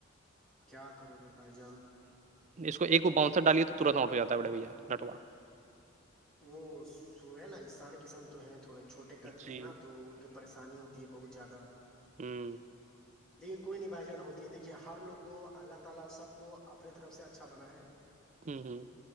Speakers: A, in the centre; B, on the right.
A: کیا کرو گے بھائی جان
B: اس کو ایک وہ باؤنسر ڈالیے تو ترنت آٹ ہو جاتا ہے بے بھیا نیٹ ورک
A: وہ س ہے نا ایشان کسن تو ہے تھوڑے چھوٹے قد کے
B: جی
A: ہیں نا تو ان کے پریشانی ہوتی ہے بہت زیادہ
B: ھمم
A: <unintelligible>
B: ھمم ھمم